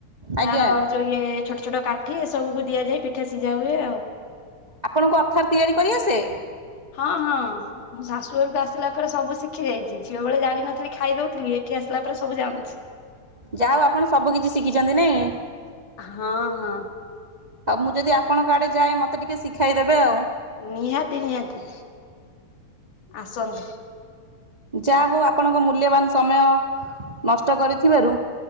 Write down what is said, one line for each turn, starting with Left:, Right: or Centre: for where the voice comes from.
Right: ଆଜ୍ଞା
Left: ତାର ଯୋଉ ଇଏ ଛୋଟ ଛୋଟ କାଠି ଏ ସବୁକୁ ଦିଆଯାଇ ପିଠା ସିଝା ହୁଏ ଆଉ।
Right: ଆପଣଙ୍କୁ ଅଥର ତିଆରି କରି ଆସେ?
Left: ହଁ ହଁ। ମୁଁ ଶାଶୁ ଘରକୁ ଆସିଲା ପରେ ସବୁ ଶିଖି ଯାଇଛି ଝିଅ ବେଳେ ଜାଣିିନଥିଲି ଖାଇ ଦଉଥିଲି ଏଠି ଆସିଲା ପରେ ସବୁ ଜାଣୁ
Right: ଯାହା ହୋଉ ଆପଣ ସବୁ କିଛି ଶିଖିଛନ୍ତି ନାଇଁ?
Left: ହଁ ହଁ।
Right: ହ ମୁଁ ଯଦି ଆପଣଙ୍କ ଆଡ଼େ ଯାଏ ମତେ ଟିକେ ଶିଖାଇଦେବେ ଆଉ।
Left: ନିହାତି ନିହାତି ଆସନ୍ତୁ।
Right: ଯାହା ହଉ ଆପଣଙ୍କ ମୂଲ୍ୟବାନ ସମୟ ନଷ୍ଟ କରିଥିବାରୁ